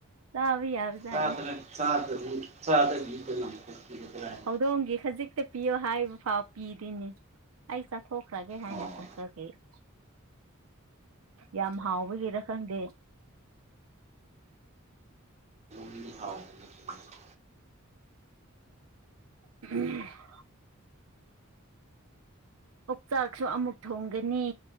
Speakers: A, on the right (about 85°); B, on the right (about 30°).
A: ꯆꯥꯕ ꯌꯥꯕꯖꯥꯠꯅꯤ
B: ꯌꯥꯗ ꯆꯗ꯭ꯔ ꯆꯥꯗꯕꯤ ꯆꯥꯗꯕꯤꯗꯤꯗ
A: ꯍꯧꯗꯣꯡꯒꯤ ꯈꯖꯤꯛꯇ ꯄꯤꯌꯣ ꯍꯥꯏꯕ ꯐꯥꯎ ꯄꯤꯗꯣꯏꯅꯤ ꯑꯩ ꯆꯠꯊꯣꯛꯈ꯭ꯔꯒꯦ ꯍꯥꯏꯅ
B: ꯑꯣ
A: <unintelligible> ꯌꯥꯝ ꯍꯥꯎꯕꯒꯤꯔ ꯈꯪꯗꯦ
B: <unintelligible>
A: <unintelligible> ꯑꯣꯛꯆꯥꯛꯁꯨ ꯑꯃꯨꯛ ꯊꯣꯡꯒꯅꯤ